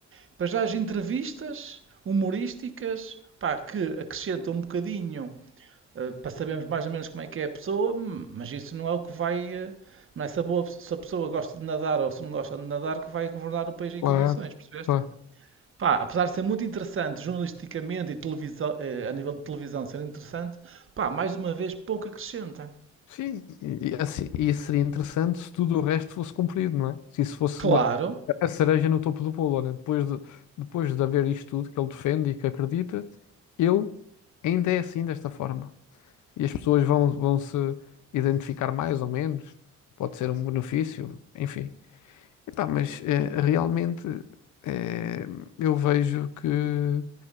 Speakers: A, on the right; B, on the left.
A: Depois já as entrevistas humorísticas, pá, que acrescentam um bocadinho eh, para sabermos mais ou menos como é que é a pessoa, hum, mas isso não é o que vai. eh, Não é se a, boa- se a pessoa gosta de nadar ou se não gosta de nadar que vai governar o país em
B: Claro,
A: condições, percebeste?
B: claro.
A: Pá, apesar de ser muito interessante jornalisticamente e televisão, eh, a nível de televisão ser interessante, pá, mais uma vez pouco acrescenta.
B: Sim, e, e assim, e seria interessante se tudo o resto fosse cumprido, não é? Se isso fosse
A: Claro,
B: uma- a cereja no topo do bolo, olha, depois de, depois de haver isto tudo que ele defende e que acredita, ele ainda é assim desta forma. E as pessoas vão, vão se identificar mais ou menos, pode ser um benefício, enfim. Epá, mas eh, realmente eh, eu vejo que